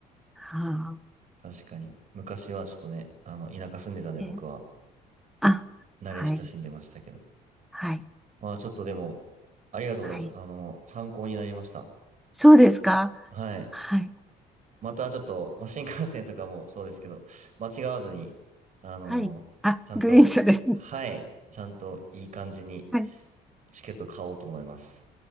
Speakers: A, in the centre; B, on the right.
A: はあ、
B: 確かに。昔はちょっとね、あの、田舎住んでたんで僕は
A: え、あ、
B: 慣れ親しんでましたけど。
A: はい、はい、
B: まあちょっとでも、ありがとうございます。
A: はい。
B: あの、参考になりました。
A: そうですか。
B: はい。
A: はい。
B: またちょっと、まあ、新幹線とかも <laughs> そうですけど、間違わずに、あの、
A: はい。あ、
B: ちゃんと、
A: グリーン車ですね。
B: はい、ちゃんといい感じに
A: はい
B: チケット買おうと思います。